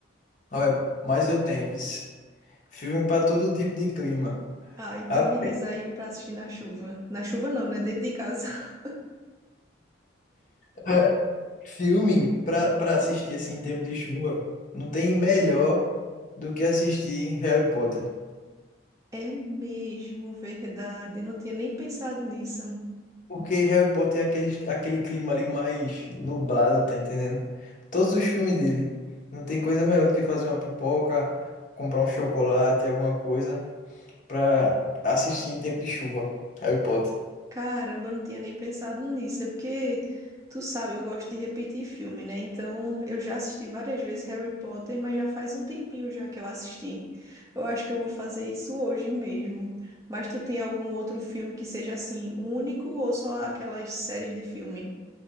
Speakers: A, on the left (about 40°); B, on the right (about 15°).
A: olha, mas eu tenho, vis. Filme pra todo tipo de clima.
B: Ah, então
A: Rap-
B: me diz aí um para assistir na chuva. Na chuva não, né? Dentro de casa. <laughs>
A: <laughs> Filme pra para assistir assim em tempo de chuva, não tem melhor do que assistir Harry Potter.
B: É mesmo, verdade. Eu não tinha nem pensado nisso.
A: Porque Harry Potter é aquele, aquele clima ali mais nublado, tá entendendo? Todos os filmes dele. Não tem coisa melhor do que fazer uma pipoca, comprar um chocolate, alguma coisa pra assistir em tempo de chuva. Harry Potter.
B: Caramba, eu não tinha nem pensado nisso. É porque, tu sabe, eu gosto de repetir filme, né? Então, eu já assisti várias vezes Harry Potter, mas já faz um tempinho já que eu assisti. Eu acho que eu vou fazer isso hoje mesmo. Mas tu tem algum outro filme que seja assim, único ou só aquelas séries de filme?